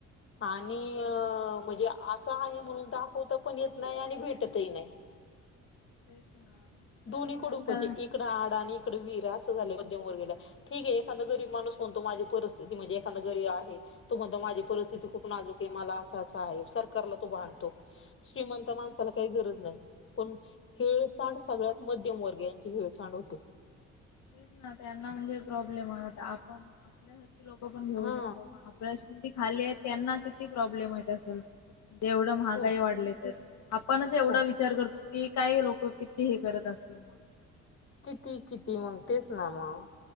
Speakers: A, on the left; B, on the left.
A: आणि ऽऽऽम्हणजे असं आहे म्हणून दाखवता पण येत नाही, आणि भेटतही नाही.
B: <inaudible>
A: दोन्हीकडून म्हणजे इकडं आड आणि इकडे वररा असं झालंय मध्यमवर्गीला,, ठीक आहे एखादा गरीब माणूस म्हणतो माझी परिस्थिती म्हणजे एखादा गरीब आहे. तू म्हणतो माझी परिस्थिती खूप नाजूक आहे मला असं, असं आहे. सरकारला तो भांडतो. श्रीमंत माणसाला काही गरज नाही... पण हेिळसांड,, सगळ्यात मध्यम वर्गीयाची हिळसांड होते.
B: तेच ना त्यांना म्हणजे प्रॉब्लेम आहे आता आपण आपल्यासारख लोक पण घेऊ
A: हा
B: शकतो. परीस्थिती खाली आहे त्यांना किती प्रॉब्लेम येत असल. एवढं महागाई
A: हो
B: वाढले तर आपणच एवढा
A: हो.
B: विचार करतो. की काय लोक किती हे करत असतील मग.
A: किती, किती मग तेच ना मग,